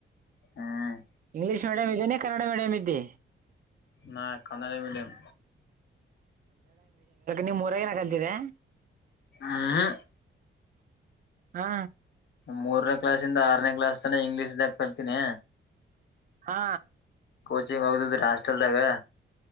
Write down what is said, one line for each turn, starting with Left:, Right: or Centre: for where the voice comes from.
Left: ಹ್ಮ್
Right: ಇಂಗ್ಲೀಷ್ ಮೀಡಿಯಂ ಇದನನೆ ಕನ್ನಡ ಮೀಡಿಯಂ ಇದ್ದೆ
Left: ನಾನ್ ಕನ್ನಡ ಮೀಡಿಯಂ
Right: ನಿಮ್ಮ ಊರಾಗನ ಕಲ್ತಿದೆ
Left: ಹ
Right: ಹಾ
Left: ಮೂರನೇ ಕ್ಲಾಸ್ಂದ ಆರನೇ ಕ್ಲಾಸ್ ತನ ಇಂಗ್ಲೀಷ್ದಾಗ ಕಲ್ತೀನಿ
Right: ಹಾ
Left: ಕಚಿಂಗ್ ಹೋಗದಿದ್ರೆ ಹಸ್ಟೆಲ್ದಾಗ